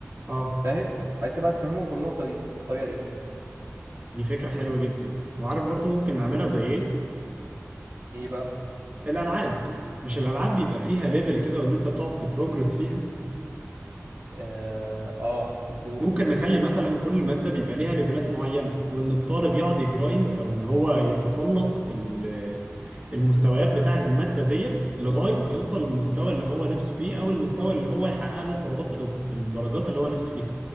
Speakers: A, on the right; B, on the right.
A: اه
B: فاهم فانت بقى تفهمه بالنقطة دي بالطريقة دي
A: دي فكرة حلوة جدا وعارف برضو ممكن نعملها زي ايه؟
B: ايه بقى
A: الألعاب مش الألعاب بيبقى فيها ليفل كده وان انت بتقعد تبروجرس فيها
B: اه آه، مظبوط
A: ممكن نخلي مثلا كل مادة بيبقى ليها ليفلات معينة وان الطالب يقعد يجرايند او ان هو يتسلق ال- المستويات بتاعة المادة ديت لغاية ما يوصل للمستوى اللي هو نفسه فيه او المستوى اللي هو يحقق له الطلبات الدرجات اللي هو نفسه فيها